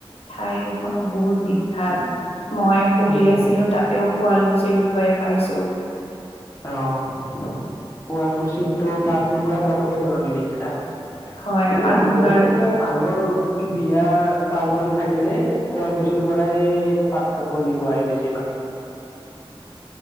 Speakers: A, on the left (about 85°); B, on the left (about 30°).
A: ঠাইখনো বহুত বিখ্যাত মই পঢ়ি
B: অ',
A: আছিলো তাতেওঁ শুৱালকুছিৰ বিষয়ে পাইছোঁ।
B: অঁ আলকুচিতটো পাঁচ মুগাৰ কাপূৰা কৰ নে! বিখ্যাত
A: হয়
B: বিদ
A: পাট মুগাৰ
B: বহুতো মানুহৰ বিয়া পাৰ্বন থাকিলে শুৱালকুছিৰ পৰাই পাট কাপোৰ নিব আহাই বেছিভাগ <inaudible>